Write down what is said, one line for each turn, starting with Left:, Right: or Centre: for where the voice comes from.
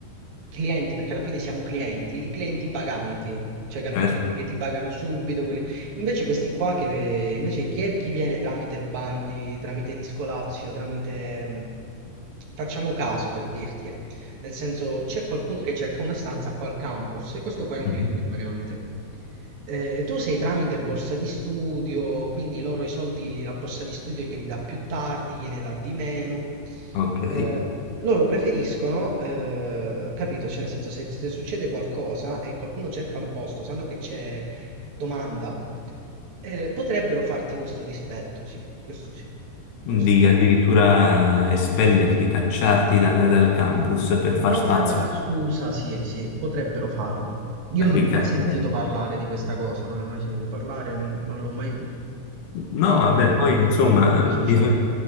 Right: clienti, perché alla fine siamo clienti, i clienti paganti, cioè capito?
Left: Certo.
Right: Quelli Che ti pagano subito. quelli- Invece questi qua che invece chi, è- chi viene tramite bandi, tramite Discolazio, tramite mh, facciamo caso per dirti, eh. Nel senso, c'è qualcuno che cerca una stanza qua al campus e questo qua è un
Left: Mhm.
Right: cliente pagante. Eh, tu sei tramite borsa di studio, quindi loro i soldi, la borsa di studio glieli dà più tardi, gliene dà di meno.
Left: Ok.
Right: Eh, loro preferiscono, eh, capito? Cioè, nel senso, se, se succede qualcosa e qualcuno cerca un posto, sanno che c'è domanda, eh, potrebbero farti questo dispetto, sì, questo sì.
Left: Di
Right: Questo sì.
Left: addirittura espellerti, cacciarti dal, dal campus per far
Right: Trovare
Left: spazio.
Right: una scusa, sì, sì, potrebbero farlo. Io
Left: Eh,
Right: non
Left: che cattiveria.
Right: ho mai sentito parlare di questa cosa, non ne ho mai sentito parlare, non, non l'ho mai...
Left: No,
Right: ne-
Left: vabbè,
Right: non-
Left: poi insomma,
Right: Però potrebbe
Left: eh,
Right: succedere.
Left: bisog-